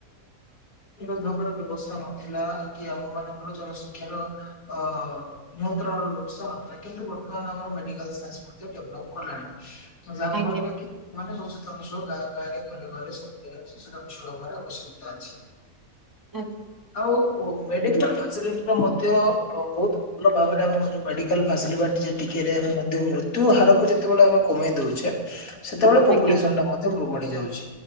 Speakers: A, on the left; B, on the right.
A: ଧଙ୍କ ବ୍ୟବସ୍ଥା ନଥିଲା କି ଆମ ମାନଙ୍କର ଜନସଂଖ୍ୟାର ଅ ନିୟନ୍ତ୍ରଣ ରହୁଚି ତ କିନ୍ତୁ ବର୍ତ୍ତମାନ ଆମର ମେଡିକାଲ ସାଇନ୍ସ ମଧ୍ୟ ଡେଭଲପ୍ କଲାଣି। ଝାଡ଼ଖଣ୍ଡରେ
B: ଆଜ୍ଞା
A: ମାନେ ସଚେତନସିଳ ଗାଁ ଗାଁରେ ଘରେ ଘାରେ ସବୁ ଜାଗାରେ ସଚେତନ ଛୁଆ ହବାର ଆବଶ୍ୟକତା ଅଛି।
B: ଉଁ ହୁଁ।
A: ଆଉ ମେଡିକାଲ ଫାସିଲିଟିର ମଧ୍ୟ ଅ ବୋହୁତୁ ଭଲ ଭାବରେ ଆମେ ଜଉ ମେଡିକାଲ ଫାସିଲଟି ଟିକେରେ ଆମେ ମଧ୍ୟ ମୃତ୍ୟୁହାରାରକୁ ଯେତେବେଳେ ଆମେ କମେଇ ଦଉଚେ ସେତବେଳେ ପପୁଲେସନ
B: ଆଜ୍ଞା
A: ଟା ମଧ୍ୟ ବଢି ଯାଉଚି